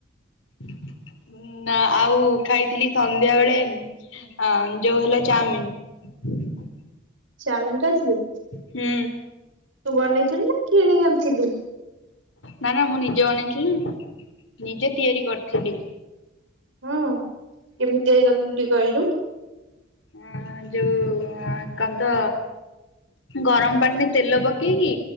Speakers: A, on the left (about 70°); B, on the right (about 75°).
A: ହ ନା ଆଉ ଖାଇଥିଲି ସନ୍ଧ୍ୟା ବେଳେ ଆଁ ଯୋଉ ହେଲା ଚାଉମିନ୍। ହୁଁ
B: ଚାଉମିନ ଖାଇଥିଲୁ।
A: ହୁଁ।
B: ତୁ ବନେଇ ଥିଲୁ ନା କିଣି ଆଣିଥିଲୁ?
A: ନା ନା ମୁଁ ନିଜେ ବନେଇଥିଲି ନିଜେ ତିଆରି କରିଥିଲି।
B: ହଁ କେମିତି ତିଆରି କରିଥିଲୁ ଟିକେ କହିଲୁ?
A: ଅ ଯୋଉଁ କଣ ତ ଗରମ ପାଣିରେ ତେଲ ପକେଇକି